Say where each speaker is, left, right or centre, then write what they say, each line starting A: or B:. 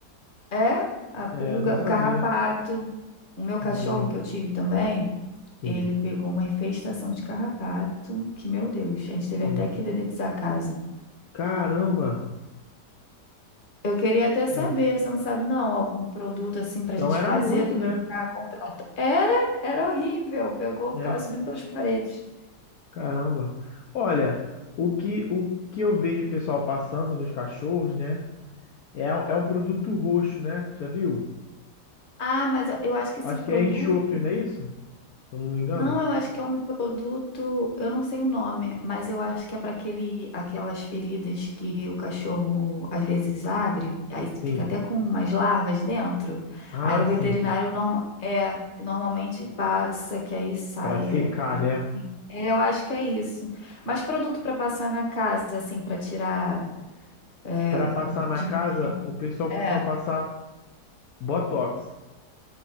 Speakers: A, on the left (about 30°); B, on the left (about 65°).
A: É a pulga,
B: É, eu não sabia.
A: o carrapato. O meu cachorro
B: Entendi.
A: que eu tive também,
B: Sim.
A: ele pegou uma infestação de carrapato, que, meu Deus, a gente teve
B: Sim.
A: até que dedetizar a casa.
B: Caramba.
A: Eu queria até saber,
B: Então
A: você não sabe não, algum produto assim para a gente
B: era
A: fazer
B: muito,
A: do
B: né?
A: que ficar contrato. Era, era horrível. Pegou,
B: É.
A: ficava subindo pelas paredes.
B: Caramba. Olha, o que, o que eu vejo o pessoal passando nos cachorros, né? É, é um produto roxo, né? Já viu?
A: Ah, mas eu, eu acho que
B: Acho
A: esse produto.
B: que é enxofre, não é isso? Se eu não me engano.
A: Não, eu acho que é um produto, eu não sei o nome, mas eu acho que é para aquele, aquelas feridas que o cachorro às vezes abre, aí
B: Sim.
A: fica até com umas larvas dentro.
B: Ah,
A: Aí o
B: sim.
A: veterinário norma, é, normalmente passa, que aí sai.
B: Para secar,
A: É,
B: né?
A: é, eu acho que é isso. Mas produto para passar na casa, assim, para tirar é,
B: Para passar na
A: de
B: casa,
A: veneno.
B: o pessoal
A: É.
B: costuma passar Botox.